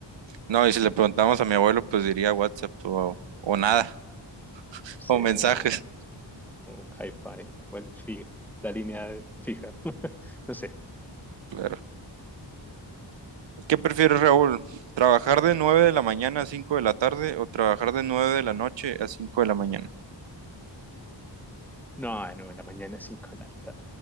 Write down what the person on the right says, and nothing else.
No, y si le preguntamos a mi abuelo, pues diría WhatsApp o, o nada, <laughs>
o mensajes.
Claro. ¿Qué prefieres, Raúl? ¿Trabajar de 9 de la mañana a 5 de la tarde o trabajar de 9 de la noche a 5 de la mañana?